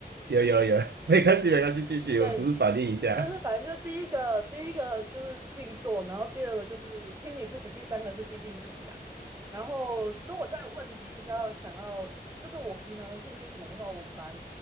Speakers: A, on the right; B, on the right.
A: 有有有，<laughs> 没关系没关系，继续，
B: 对，
A: 我只是反应一下。
B: 就是反正就第一个，第一个就是静坐，然后第二个就是清理自己，第三个是精进自己啊。然后如果再问你比较想要，就是我平常的兴趣是什么的话，我蛮